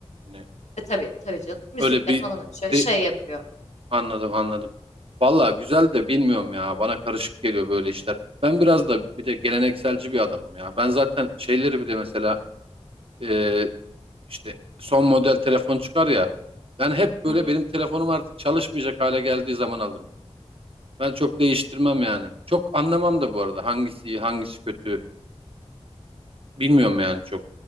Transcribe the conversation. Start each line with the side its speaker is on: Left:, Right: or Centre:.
Right: Hani
Left: E, tabii tabii canım. Müzikle
Right: öyle bir
Left: falan açıyor,
Right: de,
Left: şey yapıyor.
Right: Anladım anladım. Valla güzel de bilmiyorum ya. Bana karışık geliyor böyle işler. Ben biraz da bir de gelenekselci bir adamım ya. Ben zaten şeyleri bile mesela e, işte son model telefon çıkar ya. Ben hep böyle
Left: Hı hı.
Right: benim telefonum artık çalışmayacak hale geldiği zaman alırım. Ben çok değiştirmem yani. Çok anlamam da bu arada hangisi iyi hangisi kötü bilmiyorum yani çok.